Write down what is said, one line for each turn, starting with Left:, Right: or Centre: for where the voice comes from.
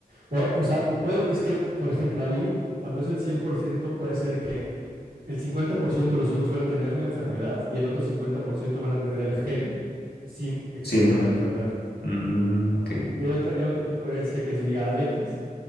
Right: O, o sea, o puede, es que, por ejemplo, ahí, cuando es el 100% puede ser que el 50% de los hijos van a tener la enfermedad y el otro 50% van a tener el gen sin expresar
Left: sin
Right: la enfermedad.
Left: mm, mm, ok.
Right: Y hay otra, hay otro tipo de herencia que es ligada al X,